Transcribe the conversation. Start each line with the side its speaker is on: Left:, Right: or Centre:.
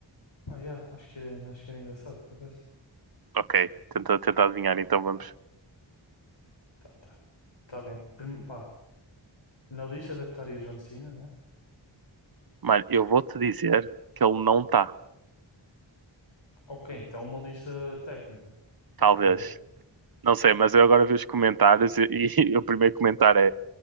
Left: Pá, yeah, acho que, acho que era engraçado, por acaso.
Right: Ok, tenta, tenta adivinhar, então vamos.
Left: Tá, tá. Tá bem. Prim- Pá, na lista deve estar aí o John Cena, né?
Right: Mano, eu vou-te dizer que ele não está.
Left: Ok, então uma lista técnica. Ok.
Right: Talvez. Não sei, mas eu agora vi os comentários e, e <laughs> o primeiro comentário é: